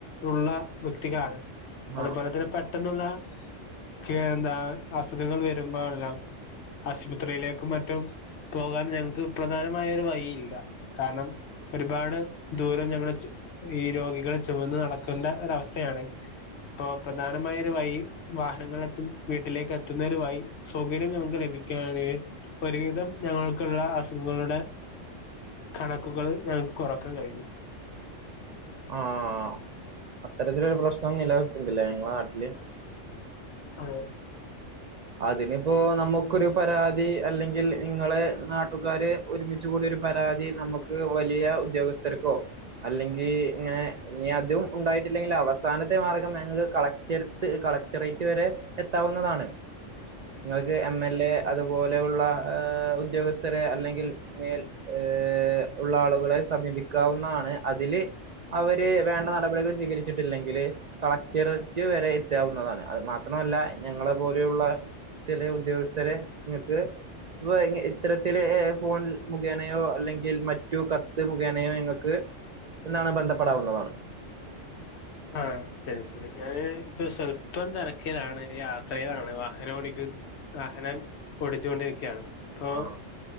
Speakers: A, on the left (about 65°); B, on the right (about 85°).
A: ഉള്ള വ്യക്തികളാണ് അതുപോലെ
B: ആഹ്
A: തന്നെ പെട്ടെന്നുള്ള ക്ക എന്താ അസുഖങ്ങൾ വരുമ്പോഴെല്ലാം ആശുപത്രിയിലേക്കും മറ്റും പ്രോഗ്ര <inaudible> ഞങ്ങക്ക് പ്രധാനമായരു വഴി ഇല്ല കാരണം ഒരുപാട് ദൂരം ഞങ്ങൾ ഈ രോഗികളെ ചുമന്ന് നടക്കേണ്ട ഒരു അവസ്ഥയാണ് ഇപ്പ പ്രധാനമായരു വഴി വാഹനങ്ങളിലെത്തും വീട്ടിലേക്ക് എത്തുന്നതിനുമായി സൗകര്യം ഞങ്ങൾക്ക് ലഭിക്കുകയാണെങ്കിൽ ഒരുവിധം ഞങ്ങൾ ക്കള്ള അസുഖങ്ങളുടെ കണക്കുകൾ ഞങ്ങൾക്ക് കുറക്കാൻ കഴിയും
B: ആ ആ അത് അത്തരത്തിലൊരു പ്രശ്നം നിലനിൽക്ക ഉണ്ടില്ലേ ങ്ങളൾ ഇല്ല
A: അതേ
B: അതിനിപ്പോ നമുക്കൊരു പരാതി അല്ലെങ്കിൽ നിങ്ങള് നാട്ടുകാര് ഒരുമിച്ച് കൂടിയ ഒരു പരാതി നമുക്ക് വലിയ ഉദ്യോഗസ്ഥർക്കോ അല്ലെങ്കിൽ ഇങ്ങനെ ഇനി അതും ഉണ്ടായിട്ടില്ലെങ്കിൽ അവസാനത്തെ മാർഗം ഞങ്ങക്ക് കളക്ടർത്ത് കളക്ടറേറ്റ് വരെ എത്താവുന്നതാണ് നിങ്ങക്ക് എം എൽ എ അത് അതുപോലെയുള്ള ഏ ഉദ്യോഗസ്ഥരെ അല്ലെങ്കിൽ മേൽ ഏ ഉള്ള ആളുകളെ സമീപിക്കാവുന്നതാണ് അതില് അവര് വേണ്ട നടപടികൾ സ്വീകരിച്ചിട്ടില്ലെങ്കിൽ കളക്ടറേറ്റ് വരെ എത്താവുന്നതാണ് അത് മാത്രമല്ല ഞങ്ങളെ പോലെയുള്ള ചില ഉദ്യോഗസ്ഥരെ നിങ്ങക്ക് ഇ ഇത്തരത്തില ഫോൺ മുഖേനയോ അല്ലെങ്കിൽ മറ്റു കത്ത് മുഖേനയോ നിങ്ങൾക്ക് എന്നാണ് ബന്ധപ്പെടാവുന്നതാണ്
A: ആ ശരി ശരി ഞാന് ഇപ്പൊ സ്വല്പം തിരക്കയിലാണ് യാത്രയിലാണ് വാഹനം ഓടിക്ക വാഹനം ഓടിച്ചുകൊണ്ടിരിക്കയാണ് താ
B: ആഹ്